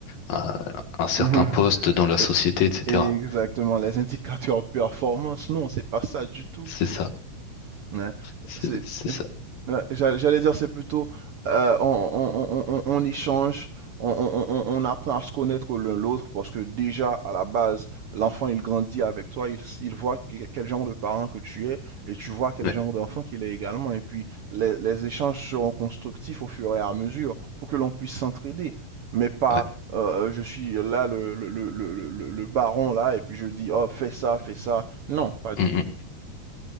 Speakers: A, on the left; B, on the right.
A: un, un certain
B: <laughs> Mhm.
A: poste dans la société,
B: Et-
A: etc.
B: Exactement, les indicateurs performance, non, c'est pas ça du tout.
A: C'est ça.
B: Ouais,
A: C'est
B: c'est,
A: c'est ça.
B: ouais, j'a- j'allais dire, c'est plutôt euh, on, on- on- on- on échange, on, on- on- on apprend à se connaître l'un l'autre parce que déjà à la base, l'enfant il grandit avec toi, il, s- il voit que- quel genre de parent que tu es et tu vois quel
A: Ouais.
B: genre d'enfant qu'il est également. Et puis les, les échanges seront constructifs au fur et à mesure pour que l'on puisse s'entraider. Mais pas
A: Ouais.
B: euh, je suis là le, le, le, le, le- le baron là et puis je dis oh fais ça, fais ça. Non, pas du
A: Mm,
B: tout.
A: mm.